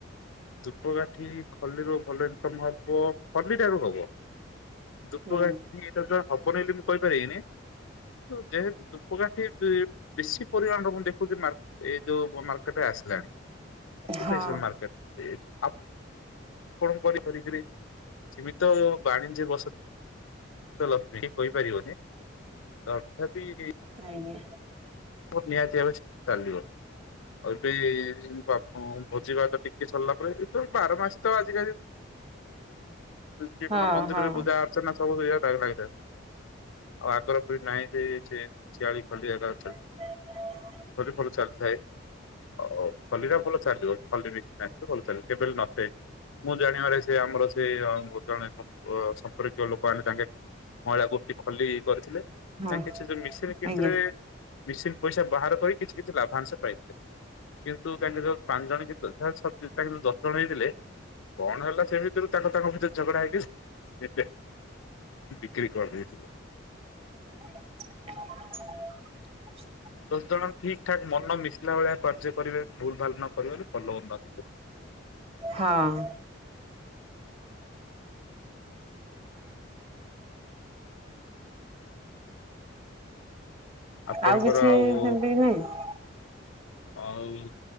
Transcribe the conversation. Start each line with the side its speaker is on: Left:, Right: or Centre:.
Left: ଧୂପକାାଠି ଖଲଲିରୁ ଭଲ ଇନକମ ହବ ଖଲଲିଟାରୁ ହବ। ଦୁ
Right: ହୁଁ
Left: ଗାଠି ଏ ଯା ହବନି ବୋଲି ମୁଁ କହିପାରିବନି। କିୁ ଯେହେତୁ ଧୂପକାଠି ବେଶୀ ପରିମାଣରେ ମୁଁ ଦେଖୁଛି ଏଇ ଯୋଉ ମାର୍କେଟରେ। ଆସିଲାଣିେଶର
Right: ହଁ
Left: ମେଟ <unintelligible> ଆ <inaudible> ଆ କଣ କରି କରିକରି ସୀମିତ ବାଣିଜ୍ୟ ବସ ଲକ୍ଷ୍ମୀ କହିପାରିବନି ତଥାପି
Right: ଆଜ୍ଞା
Left: ନିହାତି ଚାଲିବ ଏବେ ବା ଭୋଜିିଭାତ ଟିକେ ସରିଲା ପରେ ଏ ବାର ମାସ ତ ଆଜିିକାଲି ଯ
Right: ହଁ
Left: ମନ୍ଦିରରେ
Right: ହଁ
Left: ପୂଜା ଅଚ୍ଚନା ସବୁ ଲାଗିଥାଏ ଆଉ ଆଗର ନାହିଁ ଯେ ସେ ଶିଆଳି ଖୋଲିବା <unintelligible>
Right: ହ <inaudible>
Left: ଏ ଫରେ ଫରୁ ଚାଲୁଥାଏ <unintelligible> ଓ ଖଲି ଟା ଭଲ ଚାଲିବ ଖଲି ମିଶି ଭଲ ଚାଲିଲ କେବେ ନଥେ ମୁଁ ଜାଣିବାରେ ସେ <unintelligible> ଆମର ସେ ଜଣେ ସମ୍ପର୍କୀୟ ଲୋକ ଆଣି ତାଙ୍କେ ମହିଳା ଗୋଷ୍ଠୀ ଖଲି କରିଥିଲେ
Right: ହଁ
Left: ତାଙ୍କ ସେ ଯୋଉ ମେସିନ୍ କିଣିଥିଲେ
Right: ଆଜ୍ଞା
Left: ମେସିନ୍ ପଇସା ବାହାର କରି କିଛି କିଛି ଲାଭାଂଶ ପାଇଥିଲେ। କିନ୍ <unintelligible> କା ଯ ପାଞ୍ଚ ଜଣ କି ଯା ତା ଦଶ ଜଣ ହେଇଥିଲେ କଣ ହେଲା ସେମିତିରୁ ତାଙ୍କ ତାଙ୍କ ଭିତରେ ଝଗଡା ହେଇକି ବିକ୍ରି କରିଦେଇଥିଲେ
Right: ହ <inaudible>
Left: ଦଶ ଜଣ ଠିକ ଠାକ ମନ ମିଶିଲା ଭଳିଆ କାର୍ଯ୍ୟ କରିବେ ଭୁଲ ଭାଲ ନ କରିବେ ଭଲ ଉନ୍ନତି କର
Right: ହଁ
Left: ଆପଣଙ୍କର
Right: ଆଉ କିଛି
Left: ଆଉ
Right: ସେମିତି କି ନାହିଁ?
Left: ଆଉ